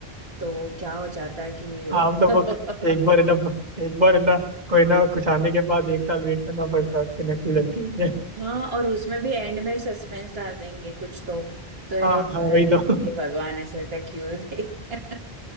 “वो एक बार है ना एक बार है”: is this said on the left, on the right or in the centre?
Right